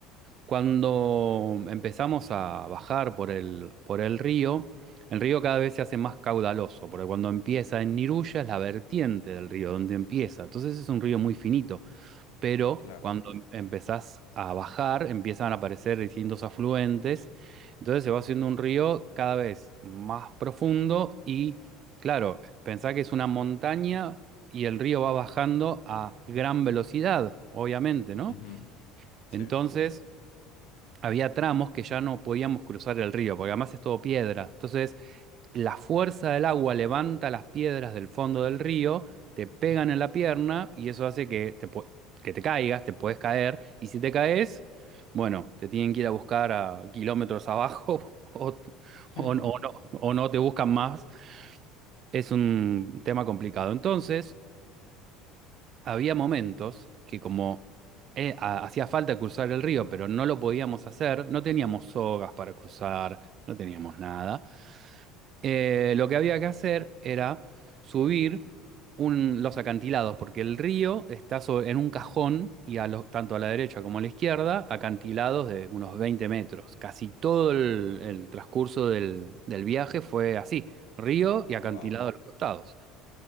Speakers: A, on the right; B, on the left.
A: cuando empezamos a bajar por el, por el río, el río cada vez se hace más caudaloso, porque cuando empieza en Iruya es la vertiente del río, donde empieza. Entonces es un río muy finito pero
B: Claro.
A: cuando em- empezás a bajar empiezan a aparecer distintos afluentes, entonces se va haciendo un río cada vez más profundo y claro, pensá que es una montaña y el río va bajando a gran velocidad, obviamente, ¿no?
B: Ujú. Sí.
A: Entonces había tramos que ya no podíamos cruzar el río, porque además es todo piedra. Entonces la fuerza del agua levanta las piedras del fondo del río, te pegan en la pierna y eso hace que te, pu- que te caigas, te puedes caer. Y si te caes, bueno, te tienen que ir a buscar a kilómetros abajo <laughs> o,
B: <laughs>
A: o no, o no o no te buscan más. Es un tema complicado. Entonces, había momentos que como eh, ha- hacía falta cruzar el río, pero no lo podíamos hacer, no teníamos sogas para cruzar, no teníamos nada. Eh, lo que había que hacer era subir un- los acantilados, porque el río está so- en un cajón y a lo- tanto a la derecha como a la izquierda, acantilados de unos 20 metros. Casi todo el, el transcurso del, del viaje fue así, río y acantilado
B: Wow,
A: a los costados.